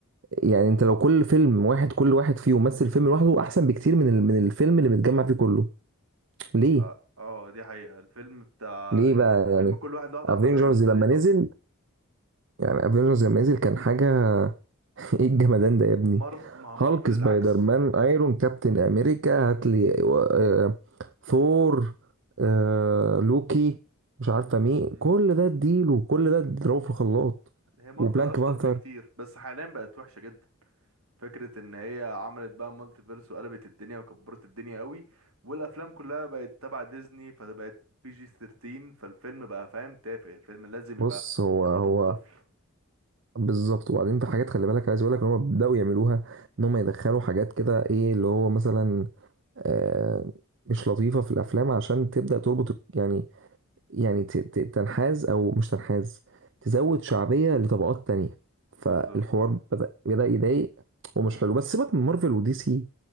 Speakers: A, on the right (about 60°); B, on the right (about 80°).
A: يعني انت لو كل فيلم واحد كل واحد فيه يمثل فيلم لوحده احسن بكتير من ال- من الفيلم اللي متجمع فيه كله ليه
B: اه آه، دي حقيقة الفيلم بتاع
A: ليه
B: يعني
A: بقى
B: فيلم
A: يعني
B: كل واحد لوحده
A: افنجرز
B: عامة بالنسبة
A: لما
B: لي تحفة
A: نزل يعني افنجرز لما نزل كان حاجه <laughs> ايه الجمدان ده يا ابني
B: مارف ما هو
A: هالك
B: مارفل
A: سبايدر
B: العكس
A: مان ايرون كابتن امريكا هاتلي آه ثور آه لوكي مش عارفه مين
B: مم.
A: كل ده اديله كل ده اضربه في الخلاط
B: هي مارفل
A: وبلانك
B: أشطر
A: بانثر
B: بكتير بس حاليا بقت وحشة جدا فكرة إن هي عملت بقى مالتي فيرس وقلبت الدنيا وكبرت الدنيا قوي والأفلام كلها بقت تبع ديزني فبقت بي جي 13 فالفيلم بقى فاهم تافه الفيلم لازم
A: بص
B: يبقى
A: هو
B: يخاطب الطفل
A: هو بالظبط وبعدين في حاجات خلي بالك عايز اقول لك ان هم بداوا يعملوها ان هم يدخلوا حاجات كده ايه اللي هو مثلا آه مش لطيفه في الافلام عشان تبدا تربط يعني يعني ت- ت- تنحاز او مش تنحاز تزود شعبيه لطبقات تانية فالحوار
B: بالظبط اه
A: بدأ بدأ يضايق ومش حلو بس سيبك من مارفل ودي سي